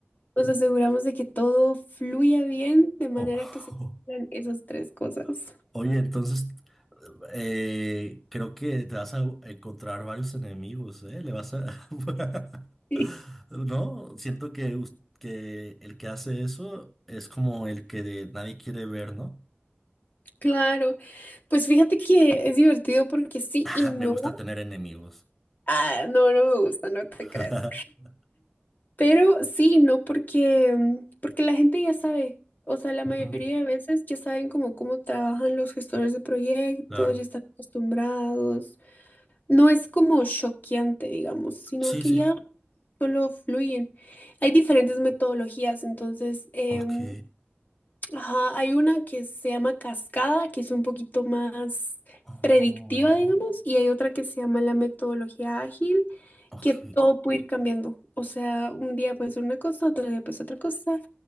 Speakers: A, on the left; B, in the centre.
A: nos aseguramos de que todo fluya bien de manera
B: O-
A: que se cumplan esas tres cosas.
B: <laughs> Oye, entonces eh, creo que te vas a encontrar varios enemigos, ¿eh? Le vas a... <laughs>
A: Sí,
B: No, siento que, us- que el que hace eso es como el que de- nadie quiere ver, ¿no?
A: claro. Pues fíjate que es divertido porque sí
B: <laughs>
A: y no.
B: Me gusta tener enemigos.
A: Ah, no, no me gusta, no te
B: <laughs>
A: crees. Pero sí y no porque mm, porque la gente ya sabe, o sea, la mayoría
B: Ujú,
A: de veces ya saben como cómo trabajan los gestores de proyectos,
B: Claro.
A: ya están acostumbrados. No es como choqueante, digamos, sino
B: Sí,
A: que
B: sí.
A: ya solo fluyen. Hay diferentes metodologías, entonces, em,
B: Ok.
A: ajá, hay una que se llama cascada, que es un poquito más
B: Oh,
A: predictiva, digamos, y hay otra que se llama la metodología ágil,
B: ok.
A: que todo puede ir cambiando. O sea, un día puede ser una cosa, otro día puede ser otra cosa.